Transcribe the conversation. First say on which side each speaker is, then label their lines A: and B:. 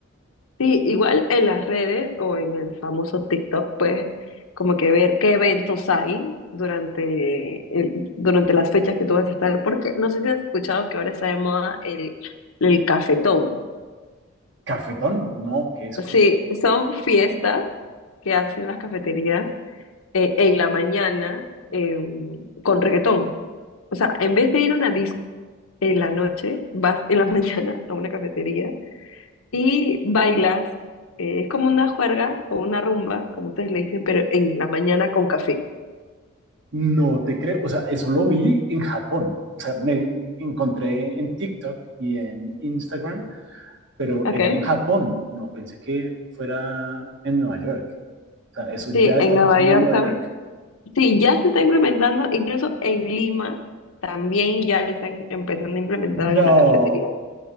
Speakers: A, on the left; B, on the right.
A: Sí, igual en las redes o en el famoso TikTok, pues como que ver qué eventos hay durante, el- durante las fechas que tú vas a estar, porque no sé si has escuchado que ahora está de moda el, el cafetón.
B: Cafetón, no, que es como,
A: Sí, son fiestas que hacen las cafeterías eh, en la mañana eh, con reggaetón. O sea, en vez de ir a una disco en la noche, vas en la <laughs> mañana a una cafetería y bailas, eh, es como una juerga o una rumba, como ustedes le dicen, pero en la mañana con café.
B: no te creo. O sea, eso lo vi en Japón. O sea, me encontré en TikTok y en Instagram, pero
A: Okay.
B: era en Japón. No pensé que fuera en Nueva York. O sea, eso
A: Sí,
B: ya
A: en
B: está
A: Nueva
B: pasando
A: York
B: en Nueva
A: también.
B: York.
A: Sí, ya se está implementando, incluso en Lima también ya le están empezando a implementar
B: No.
A: algunas cafeterías.